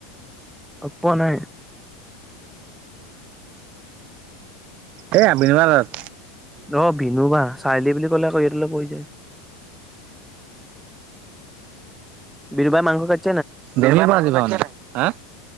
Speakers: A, in the centre; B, on the right.
A: অপ নাই
B: এ আ বিনিময়ত
A: অ বিনু বাা চাইলি বুলি ক'লে ক পৈ যায় বিৰু বাা মংস খ
B: দে পৰা আজিবা মানে হা